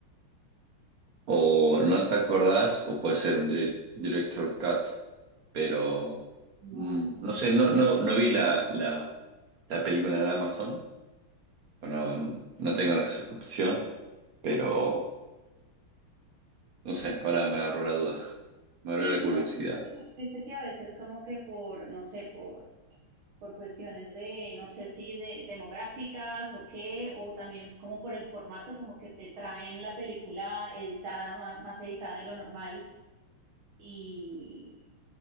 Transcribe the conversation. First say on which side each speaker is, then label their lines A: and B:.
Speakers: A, on the right; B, on the right.
A: O no te acordás, o puede ser un direct- director cut, pero
B: No,
A: mm,
B: no
A: no sé, no, no, no vi la, la la película en Amazon. Bueno, no tengo la suscripción, pero no sé, ahora me agarró la duda. <laughs> Me
B: Sí,
A: abrió la
B: no
A: curiosidad.
B: sé, viste que a veces como que por, no sé, por, por cuestiones de, no sé si de demográficas o qué, o también como por el formato, como que te traen la película editada, más, más editada de lo normal, y